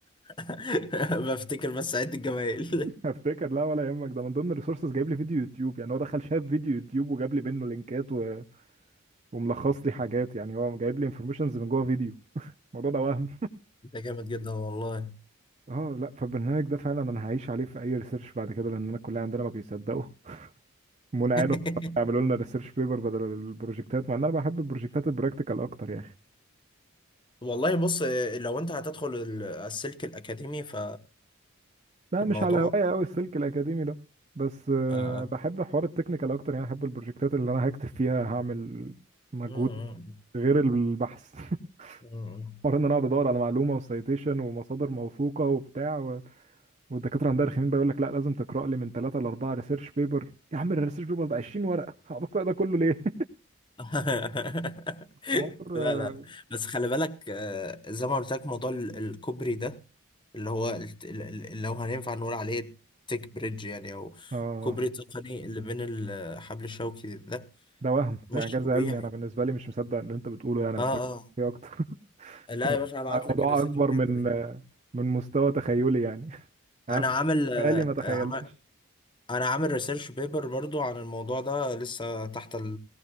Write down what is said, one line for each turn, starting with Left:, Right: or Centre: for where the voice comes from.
Left: <laughs> بفتكر بس عد الجمايل
Right: <laughs> افتكر لا ولا يهمك ده من ضمن الريسورسز جايب لي فيديو يوتيوب يعني هو دخل شاف فيديو يوتيوب وجاب لي منه لينكات و... وملخص لي حاجات يعني هو جايب لي انفورميشنز من جوه فيديو <laughs> الموضوع ده وهم
Left: <laughs> ده جامد جدا والله
Right: اه لا فالبرنامج ده فعلا انا هعيش عليه في اي ريسيرش بعد كده لان انا الكليه عندنا ما بيصدقوا <laughs> منى
Left: <laughs>
Right: عينهم يعملوا لنا ريسيرش بيبر بدل البروجكتات مع ان انا بحب البروجكتات البراكتيكال اكتر يا اخي
Left: والله بص لو انت هتدخل ال- السلك الاكاديمي ف
Right: لا
Left: الموضوع
Right: مش على هوايه قوي السلك الاكاديمي ده بس آه،
Left: آه.
Right: بحب حوار التكنيكال اكتر يعني بحب البروجكتات اللي انا هكتب فيها هعمل مجهود
Left: مم.
Right: غير البحث <laughs>
Left: مم.
Right: حوار ان انا اقعد ادور على معلومه وسايتيشن ومصادر موثوقه وبتاع والدكاتره عندها رخمين بقى يقول لك لا لازم تقرا لي من ثلاثه لاربعه ريسيرش بيبر يا عم الريسيرش بيبر ده 20 ورقه <laughs> هقعد اقرا ده كله ليه
Left: <laughs>
Right: <laughs> حوار
Left: لا لا بس خلي بالك آه، زي ما قلت لك موضوع ال- الكوبري ده اللي هو ال- ال- ال- لو هينفع نقول عليه تيك بريدج يعني او
Right: اه
Left: كوبري تقني اللي بين الحبل الشوكي ده
Right: ده وهم
Left: مش
Right: ده انجاز
Left: طبيعي
Right: علمي انا بالنسبه لي مش مصدق اللي انت بتقوله يعني محتاج
Left: اه اه
Right: فيه اكتر <laughs>
Left: لا يا باشا هبعت
Right: الموضوع
Left: لك الريسيرش
Right: اكبر
Left: بيبر
Right: من من مستوى تخيلي يعني <laughs> عارف
Left: انا عامل آه،
Right: بالي ما تخيلتش
Left: عمل انا عامل ريسيرش بيبر برضو عن الموضوع ده لسه تحت